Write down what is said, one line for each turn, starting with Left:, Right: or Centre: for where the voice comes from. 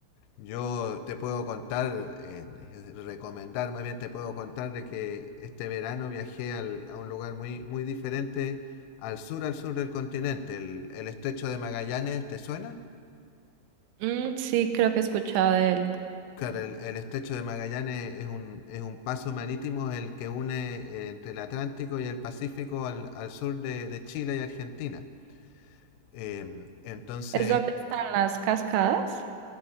Left: Yo te puedo contar, eh, recomendar, más bien te puedo contar de que este verano viajé al- a un lugar muy, muy diferente al sur, al sur del continente. El, el estrecho de Magallanes, ¿te suena?
Right: Mm, sí, creo que he escuchado de él.
Left: Claro, el, el estrecho de Magallanes es un, es un paso marítimo el que une eh, entre el Atlántico y el Pacífico al, al sur de, de Chile y Argentina. Em, entonces,
Right: ¿Es donde están las cascadas?